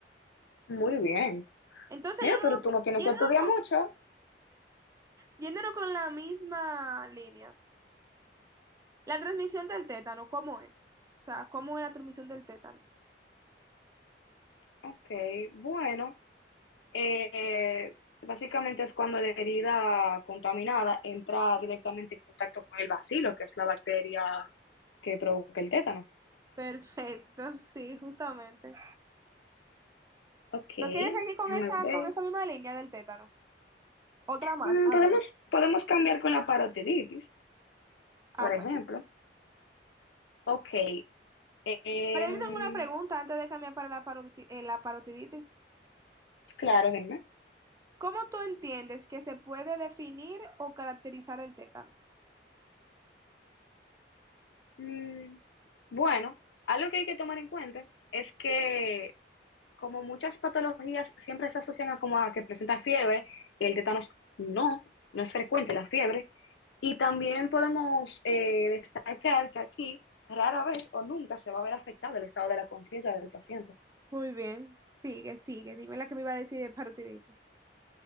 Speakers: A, on the left; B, on the right.
A: muy bien.
B: Entonces,
A: Mira,
B: yéndonos,
A: pero tú no tienes
B: yéndonos
A: que estudiar
B: con,
A: mucho.
B: yéndonos con la misma línea. La transmisión del tétano, ¿cómo es? O sea, ¿cómo es la transmisión del tétano?
A: Ok, bueno, eh, básicamente es cuando la herida contaminada entra directamente en contacto con el bacilo, que es la bacteria que provoca el tétano.
B: Perfecto, sí, justamente.
A: Ok,
B: ¿No quieres seguir con
A: déjame
B: esa,
A: ver.
B: con esa misma línea del tétano? Otra más,
A: Mm,
B: a
A: podemos,
B: ver.
A: podemos cambiar con la parotiditis,
B: Ah,
A: por
B: bueno.
A: ejemplo. Ok, em,
B: Pero yo tengo una pregunta antes de cambiar para la, paroti- eh, la parotiditis.
A: claro, dime.
B: ¿Cómo tú entiendes que se puede definir o caracterizar el tétano?
A: Mm, bueno, algo que hay que tomar en cuenta es que como muchas patologías siempre se asocian a como a que presenta fiebre, el tétanos no, no es frecuente la fiebre. Y también podemos eh, destacar que aquí rara vez o nunca se va a ver afectado el estado de la conciencia del paciente.
B: Muy bien, sigue, sigue. Dime la que me iba a decir de parotiditis.